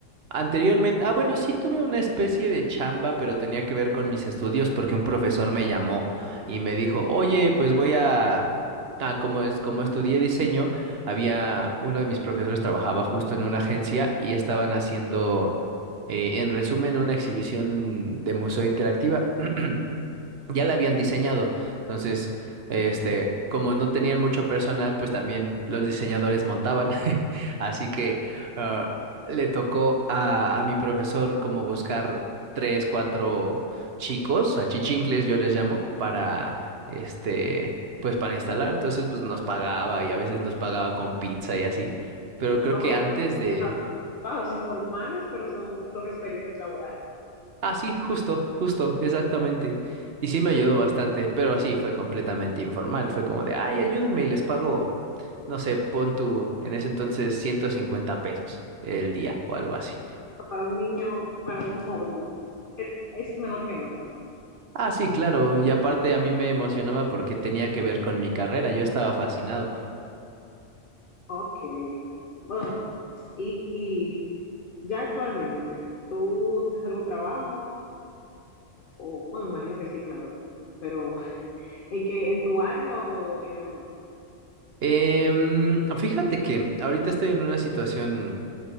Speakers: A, on the right; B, on the left.
A: Anteriormente, ah, bueno, sí tuve una especie de chamba, pero tenía que ver con mis estudios porque un profesor me llamó y me dijo, oye, pues voy a... Ah, como es, como estudié diseño, había uno de mis profesores trabajaba justo en una agencia y estaban haciendo, eh, en resumen, una exhibición de museo interactiva. <clears throat> ya la habían diseñado. Entonces, este, como no tenían mucho personal, pues también los diseñadores montaban. <laughs> Así que ah, le tocó a, a mi profesor como buscar tres, cuatro chicos, achichincles yo les llamo, para este, pues para instalar. Entonces, pues nos pagaba y a veces nos pagaba con pizza y así. Pero creo
B: No,
A: que
B: pero
A: antes de
B: son trabajos informales, pero son, son experiencias laborales.
A: Ah, sí, justo, justo, exactamente. Y sí me ayudó bastante, pero sí fue completamente informal. Fue como de, ay, ayúdenme y les pago, no sé, pon tu, en ese entonces, 150 pesos el día o algo así.
B: Para un niño, para un joven, es, es mejor que nada.
A: Ah, sí, claro. Y aparte a mí me emocionaba porque tenía que ver con mi carrera. Yo estaba fascinado.
B: Ok. Bueno, y, y ya actualmente, ¿tú tienes algún trabajo? O, bueno, me imagino que sí, claro. Pero <laughs> ¿en qué, en tu área o en algo más?
A: Em, fíjate que ahorita estoy en una situación